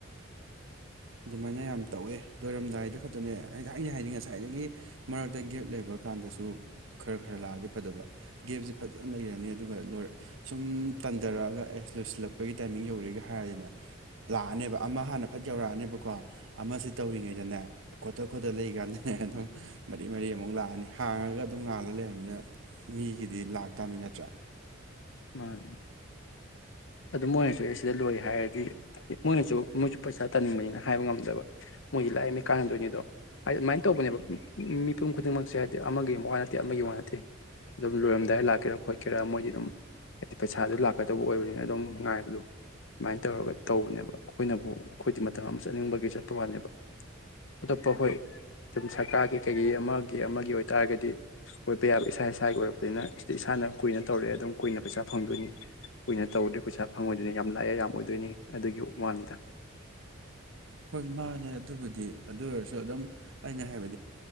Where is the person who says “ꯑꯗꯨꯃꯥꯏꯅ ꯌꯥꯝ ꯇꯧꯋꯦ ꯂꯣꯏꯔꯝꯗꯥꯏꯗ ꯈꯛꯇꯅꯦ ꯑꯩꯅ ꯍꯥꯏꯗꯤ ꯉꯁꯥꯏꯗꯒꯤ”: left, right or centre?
Right